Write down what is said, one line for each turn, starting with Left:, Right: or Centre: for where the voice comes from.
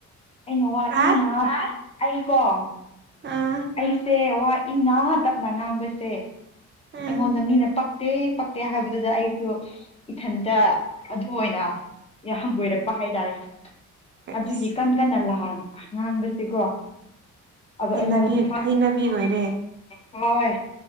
Left: ꯑꯩꯅ ꯋꯥ ꯏꯪꯅ
Right: ꯑ
Left: ꯑꯩꯀꯣ
Right: ꯑꯥ
Left: ꯑꯩꯁꯦ ꯋꯥ ꯏꯪꯅ ꯇꯞꯅ ꯉꯥꯡꯕꯁꯦ
Right: ꯎꯝ
Left: ꯑꯩꯉꯣꯟꯗ ꯃꯤꯅ ꯄꯛ ꯄꯛꯇꯦ ꯄꯛꯇꯦ ꯍꯥꯏꯕꯗꯨꯗ ꯑꯩꯁꯨ ꯏꯊꯟꯇ ꯑꯗꯨ ꯑꯣꯏꯅ ꯍꯪꯒꯣꯏꯔꯛꯄ ꯍꯥꯏꯇꯥꯔꯦ
Right: ꯑꯁ
Left: ꯑꯗꯨꯒꯤ ꯀꯟ ꯀꯟꯅ ꯂ <unintelligible> ꯉꯥꯡꯕꯁꯦꯀꯣ ꯑꯗꯣ
Right: ꯍꯩꯅꯕꯤ
Left: ꯑꯩꯉꯣꯟꯗ ꯑꯗꯨꯝ
Right: ꯍꯩꯅꯕꯤ ꯑꯣꯏꯔꯦ
Left: <unintelligible> ꯍꯣꯏ